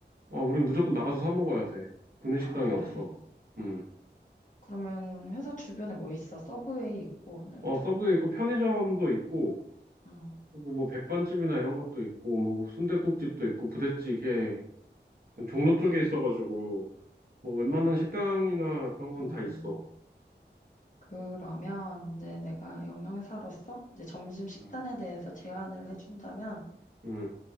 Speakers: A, on the right; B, on the left.
A: 아, 우린 무조건 나가서 사 먹어야 돼. 구내식당이
B: 아, 그래.
A: 없어. 음.
B: 그러면 회사 주변에 뭐 있어? 서브웨이 있고, 나좀
A: 어, 서브웨이 있고 편의점도 있고,
B: 음,
A: 그리고 뭐 백반집이나 이런 것도 있고, 뭐 순댓국집도
B: 음,
A: 있고, 부대찌개. 종로 쪽에
B: 음,
A: 있어가지고, 뭐 웬만한 식당이나 그런 건
B: 음.
A: 다 있어.
B: 그러면 이제 내가 영양사로서 이제 점심 식단에
A: 음,
B: 대해서 제안을 해준다면,
A: 음,